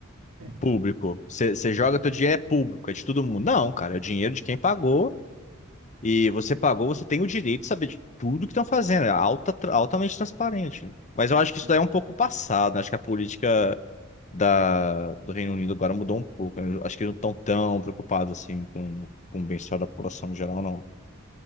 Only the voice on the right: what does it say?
É, Então,
sim.